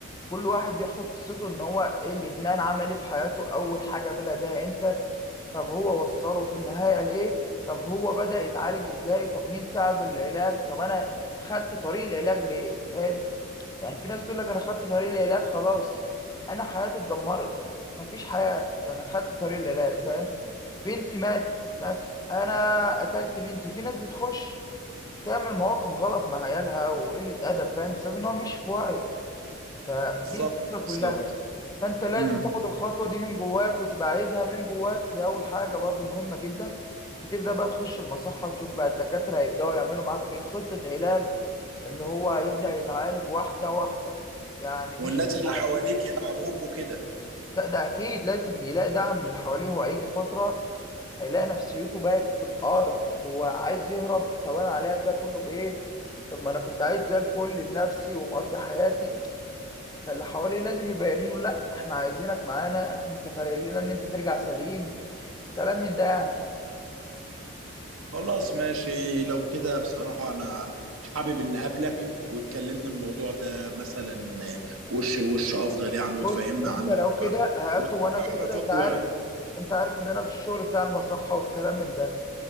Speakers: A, on the left (about 15°); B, on the right (about 80°).
A: كل واحد بيحكي قصته ان هو ايه الادمان عمل ايه في حياته اول حاجه بدا بيها امتى طب هو وصله في النهايه ليه طب هو بدا يتعالج ازاي طب مين ساعده العلاج طب انا خدت طريق العلاج ليه فاهم يعني في ناس تقول لك انا خدت طريق العلاج خلاص انا حياتي اتدمرت مفيش حياه فانا خدت طريق العلاج فاهم بنتي ماتت مثلا انا قتلت بنتي في ناس بتخش تعمل مواقف غلط مع عيالها وقلة أدب فاهم بسبب إن هو مش في وعيه فدي
B: بالظبط
A: الفكرة
B: بالظبط
A: كلها فأنت لازم
B: امم
A: تاخد الخطوة دي من جواك وتبقى عايزها من جواك دي أول حاجة برضو مهمة جدا وتبدأ بقى تخش المصحة تشوف بقى الدكاترة هيبدأوا يعملوا معاك إيه؟ خطة علاج اللي هو هيبدأ يتعالج واحدة واحدة يعني مش
B: والناس
A: هيجي
B: اللي
A: عليه
B: حواليك يدعموك وكده
A: لا ده أكيد لازم يلاقي دعم من اللي حواليه وهيجي فترة هيلاقي نفسيته بقت في الارض هو عايز يهرب طب انا عليا ده كله بايه طب ما انا كنت عايز زي الفل لنفسي ومقضي حياتي فاللي حواليه لازم يبينوا له لا احنا عايزينك معانا إحنا- انت فارق لنا ان انت ترجع سليم كلام من ده يعني
B: خلاص ماشي لو كده بصراحه انا حابب ان اقابلك وتكلمنا الموضوع ده مثلا وش لوش افضل يعني وتفهمنا
A: بص انت
B: عنه
A: لو
B: اكتر
A: كده هاته
B: وتشرح
A: وانا كده
B: لنا
A: كده
B: تقول-
A: انت عارف انت عارف ان انا في الشغل بتاع المصحة والكلام من ده